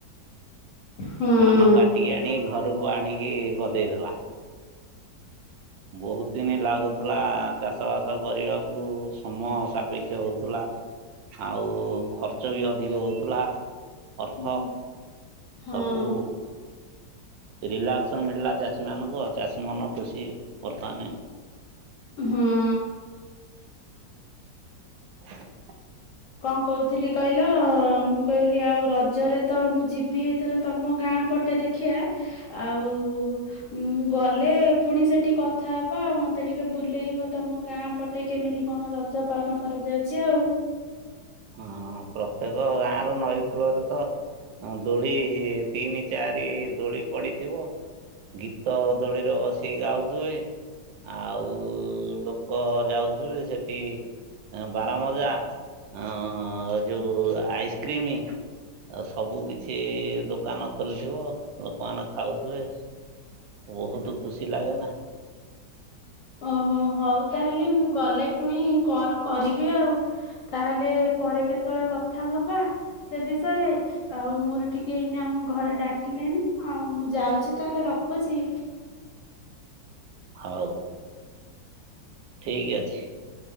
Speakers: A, on the left; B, on the right.
A: ହଁ
B: ଧାନ କାଟିକି ଆଣି ଘରକୁ ଆଣିକି ଗଦେଇଦେଲା। ବହୁତ୍ ଦିନି ଲାଗୁଥିଲା ଚାଷ ବାସ କରିବାକୁ। ସମୟ ସାପେକ୍ଷ ହଉଥିଲା ଆଉ ଖର୍ଚ୍ଚ ବି ଅଧିକ ହଉଥିଲା। ଅର୍ଥ
A: ହଁ ହଁ।
B: ସବୁ ରିଲାକ୍ସ ମିଳିଲା ଚାଷୀ ମାନଙ୍କୁ ଆଉ ଚାଷୀ ମନ ଖୁସି ବର୍ତ୍ତମାନେ।
A: ହୁଁ।
B: <inaudible>
A: କଁ କଉଥିଲି କଇଲ ମୁଁ କଇଲି ଆଉ ରଜରେ ତ ମୁଁ ଜିବି ଏଥର ତମ ଗାଁ ପଟେ ଦେଖ୍ ଖିଆ ଆଉ ଉଁ ଗଲେ ପୁଣି ସେଠି କଥାହବା ଆଉ ମତେ ଟିକେ ବୁଲେଇବ ତମ ଗାଁ ପଟ୍ ଟେ କେମିତି କଣ ରଜ ପାଳନ କରାଯାଉଚି ଆଉ।
B: ଅଁ ପ୍ରତେକ ଗାଁର ନଈ କୂଳରେ ତ ଅଁ ଦୋଳି ତିନି ଚାରି ଦୋଳି ପଡ଼ିଥିବ। ଗୀତ ଦୋଳିରେ ବସିକି ଗାଉଥୁବେ। ଆଉ ଲୋକ ଯାଉଥିବେ ସେଟି ଏଁ ବାରାମଜା ଅଁ ଏ ଯୋଉ ଆଇସ୍କ୍ରିମ ଆ ସବୁ କିଛି ଦୋକାନ ଖୋଲିଥିବ ଲୋକମାନେ ଖାଉଥିବେ। ବହୁତ ଖୁସି ଲାଗେ ନା।
A: ଓହୋ ହଉ ତାହେଲେ ମୁଁ ଗଲେ ପୁଣି କଲ କରିବି ଆଉ। ତାହେଲେ ପରେ କେତେବେଳେ କଥା ହବା ସେ ବିଷୟରେ। ଆଉ ମୋର ଟିକେ ଏଇନା ଆମ ଘରେ ଡାକିଲେଣି ଆଉ ମୁଁ ଯାଉଛି ତାହେଲେ ରଖୁଛି।
B: ହଉ। ଠିକ୍ ଅଛି।